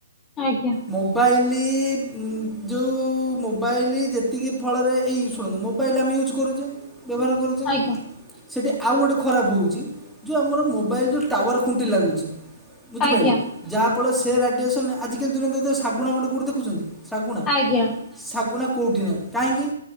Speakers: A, on the left; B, in the centre.
A: ଆଜ୍ଞା ଆଜ୍ଞା
B: ମୁଁ ବାଇଲି ଯୋଉ ମୋବାଇଲି ଯେତିକି ଫଳରେ ଏଇ ଶୁଣନ୍ତୁ ମୁଁ ବାଇଲ୍ ଆମେ ୟୁଜ୍ କରୁଛି ବ୍ୟବହାର କରୁଛେ।
A: ଆଜ୍ଞା
B: ସେଇଠି ଆଉ ଗୋଟେ ଖରାପ ହଉଛି ଯୋଉ ଆମର ମୋବାଇଲ ଯୋଉ ଟାୱାର ଖୁଣ୍ଟି ଲାଗୁଛି। ବୁଝିପାଇଲେ
A: ଆଜ୍ଞା ଆଜ୍ଞା ଆଜ୍ଞା
B: ଯାହା ଫଳରେ ସେ ରାଡିଏସନ ରେ ଆଜିକା ଦୂର ଦତ ଶାଗୁଣା ଗୋଟେ କୋଉ ଦେଖୁଛନ୍ତି ଶାଗୁଣା
A: ଆଜ୍ଞା
B: ଶାଗୁଣା କୋଉଠି ନାହିଁ କାହିଁକି